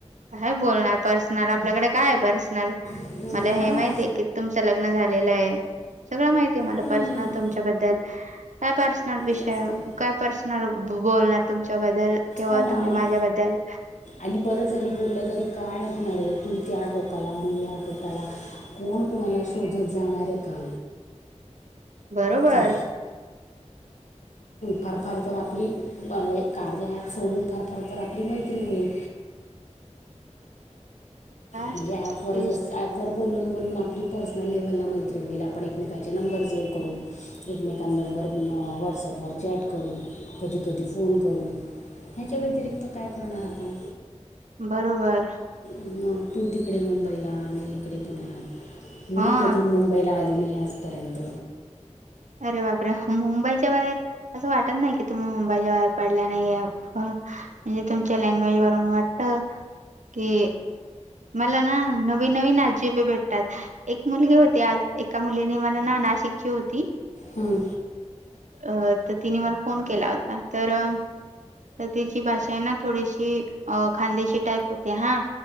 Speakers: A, on the right; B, on the left.
A: काय बोलणार पर्सनल? आपल्याकडे काय पर्स नला
B: हम्म,
A: मला
B: हा
A: हे
B: ना
A: माहिती आहे की तुमच लग्न झालेलं ये. सगळं माहिती आहे मला
B: हम्म,
A: पर्सनल तुमच्याबद्दल. काय पर्सनल विषय
B: तेच की
A: काय पर्सन बोलणार तुमच्या बद्दल किंवा
B: हो ना
A: तुम्ही
B: आणि
A: माझ्याबद्दल?
B: आणि बरं जरी बोललं तरी काय होणार आहे? तू त्या टोकाला मी या टोकाला कोण कोणाला शोधत जाणार आहे का?
A: बरोबर
B: सांग फार फार तर आपली कार्य ॲप सोडून फार फार तर आपली मैत्री होईल.
A: का
B: म्हणजे
A: तेच
B: ॲपवर जस
A: तर.
B: ॲप र बोलून बोलून आपली पर्सनल लेव्हलला मैत्री होईल आपण एकमेकचे नंबर सेव्ह करू एकमेकांबरोबर व्हॉट्सअपवर चॅट करून. कधी कधी फोन करून ह्याच्या व्यतिरिक्त काय करणार आपण?
A: बरोबर.
B: म तू तिकडे मुंबईला मी इकडे पुण्यात. मी
A: ह
B: कधी मुंबईला आली नाही आजपर्यंत.
A: अरे बापरे! मुंबईच्या बाहेर असं वाटत नाही की तुम्ही मुंबईच्या बाहेर पडल्या नाहीये अ म्हणजे तुमच्या लँग्वेज वरून वाटत कि मला ना नवीन नवीन आजिबे भेटतात. एक मुलगी होती आज, एका मुलीने मला ना नाशिकची होती,
B: हं.
A: अ त तिने मला फोन केला होता. तर तर तिची भाषा आहे ना थोडीशी अ खांदेशी टाईप होती. हां.